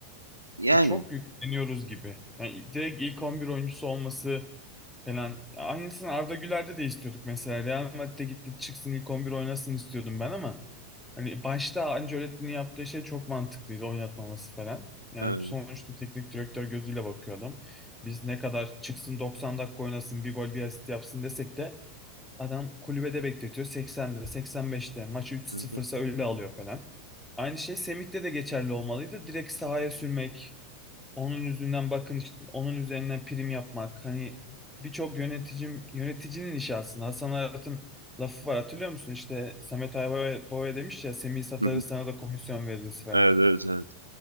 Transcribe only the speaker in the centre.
çok yükleniyoruz gibi. Yani direkt ilk 11 oyuncusu olması Falan. Aynısını Arda Güler'de de istiyorduk mesela. Real Madrid'de gitti çıksın ilk 11 oynasın istiyordum ben ama hani başta Ancelotti'nin yaptığı şey çok mantıklıydı oynatmaması falan. Yani
sonuçta teknik direktör gözüyle bakıyor adam. Biz ne kadar çıksın 90 dakika oynasın bir gol bir asist yapsın desek de adam kulübede bekletiyor 80'de 85'te maçı 3-0'sa
öyle alıyor falan. Aynı şey Semih'te de geçerli olmalıydı. Direkt sahaya sürmek onun yüzünden bakın işte onun üzerinden prim yapmak hani birçok yöneticim yöneticinin işi aslında Hasan Arat'ın lafı var hatırlıyor musun İşte Samet Aybaba demiş ya Semih satarız
sana da komisyon veririz falan